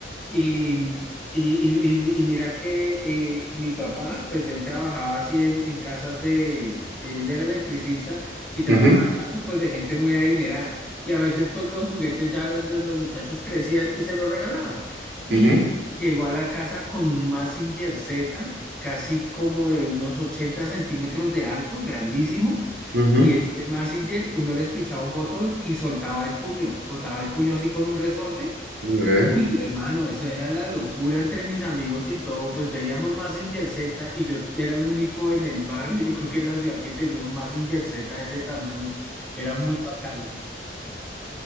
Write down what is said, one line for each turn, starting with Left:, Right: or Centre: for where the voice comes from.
Centre: Y, y, y- y- y mira que eh, mi papá, pues él trabajaba así en, en casas de, él era electricista y trabajaba
Right: Ujú,
Centre: en casas pues de gente muy adinerada. Y a veces pues los juguetes ya los, los muchachos crecían y se los regalaban. Y
Right: ujú,
Centre: llegó a la casa con un Mazinger Z, casi como de unos 80 centímetros de alto, grandísimo.
Right: ujú.
Centre: Y este Mazinger, uno les pichaba un botón y soltaba el puño, botaba el puño así con un resorte
Right: Ok.
Centre: Uy, hermano, eso era la locura entre mis amigos y todo, pues veíamos Mazinger Z y yo era el único en el barrio, yo creo que en la ciudad que tenía un Mazinger Z de ese tamaño, era muy bacano.